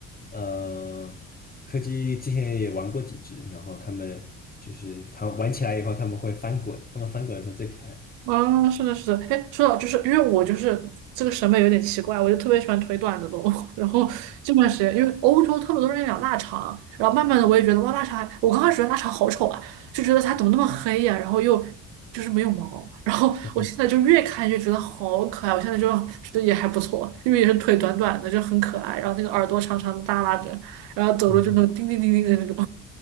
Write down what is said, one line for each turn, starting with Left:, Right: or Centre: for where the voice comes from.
Left: 呃，柯基之前也玩过几只，然后他们就是它玩起来以后，他们会翻滚，他们翻滚的时候最可爱。
Right: 啊，是的，是的，哎，说到就是因为我就是这个审美有点奇怪，我就特别喜欢腿短的动物。<laughs> 然后这段时间，因为欧洲特别多人养腊肠，然后慢慢的我也觉得哇，腊肠还我刚开始觉得腊肠好丑啊，就觉得它怎么那么黑呀、然后又就是没有毛，<laughs> 然后我现在就越看越觉得好可爱，
Left: <laughs>
Right: 我现在就觉得也还不错，因为也是腿短短的，就很可爱，然后那个耳朵长长的耷拉着，然后走路就那种叮叮叮叮的那种。
Left: 嗯，